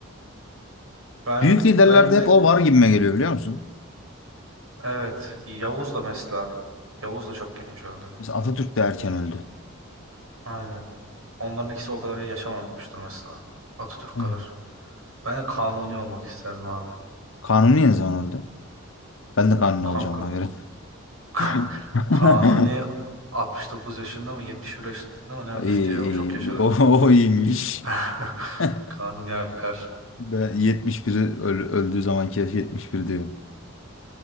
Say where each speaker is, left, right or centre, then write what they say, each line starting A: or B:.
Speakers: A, on the right; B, on the left.
A: Ben
B: Büyük liderlerde
A: ben de
B: hep o var gibime geliyor biliyor musun?
A: evet Yavuz da mesela. Yavuz da çok genç öldü.
B: Mesela Atatürk de erken öldü.
A: Aynen. Onların ikisi o kadar yaşamamıştır mesela. Atatürk
B: Evet.
A: kadar. Ben de Kanuni olmak isterdim abi.
B: Kanuni ne zaman öldü? Ben de kanuni
A: Kanka
B: olacağım ona göre.
A: <laughs>
B: <laughs>
A: Kanuni 69 yaşında mı 71 yaşında mı ne ölmüştü
B: İyi,
A: ya?
B: iyi.
A: O çok yaşadı.
B: O, o iyiymiş.
A: <laughs>
B: <laughs>
A: Kanuni akar.
B: Ben 71 öl- öldüğü zamanki yaş 71 diyor.